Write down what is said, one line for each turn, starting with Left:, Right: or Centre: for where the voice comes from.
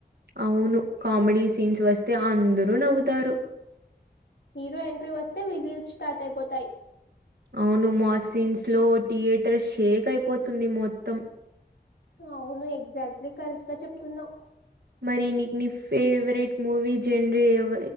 Right: అవును కామెడీ సీన్స్ వస్తే అందరు నవ్వుతారు
Left: హీరో ఎంట్రీ వస్తే విజిల్స్ స్టార్ట్ అయిపోతాయి
Right: అవును మాసిన్స్ లో థియేటర్ షేక్ అయిపోతుంది మొత్తం
Left: అవును ఎగ్జాక్ట్లీ కరెక్ట్ గా చెప్తున్నావ్
Right: మరి నీక్ నీ ఫేవరెట్ మూవీ జనరీ ఎవ